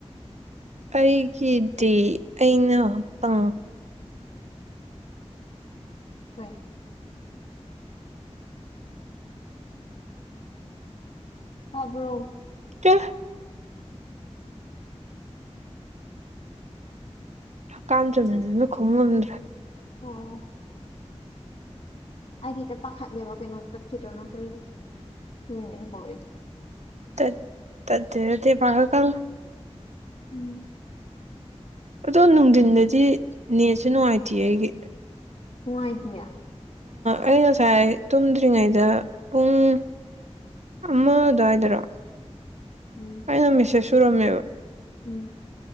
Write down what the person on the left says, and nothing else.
ꯍꯣꯏ ꯍꯥꯕ꯭ꯔꯣ
ꯑꯣ ꯑꯩꯗꯤꯦ ꯄꯥꯈꯠꯂꯦꯕ ꯀꯩꯅꯣ ꯇꯠꯈꯤꯗ꯭ꯔꯣꯅ ꯀꯩꯅ ꯂꯣꯏꯅꯦꯅ ꯀꯧꯔꯛꯁꯦ
ꯎꯝ
ꯍꯨꯡꯥꯏꯒꯂꯤꯌꯥ
ꯎꯝ <inaudible> <inaudible>
ꯎꯝ